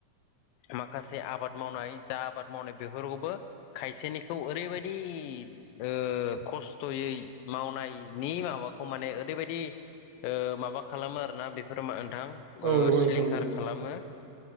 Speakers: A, on the left; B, on the right.
A: माखासे आबाद मावनाय जा आबाद मावनाय बेफोरखौबो खायसेनिखौ ओरैबायदि ओ खस्थ'यै मावनायनि माबाखौ माने ओरैबायदि ओ माबा खालामो आरोना बेफोर नोंथां ओ
B: औ नंगौ
A: सिलिंखार
B: नोंथां नंगौ
A: खालामो।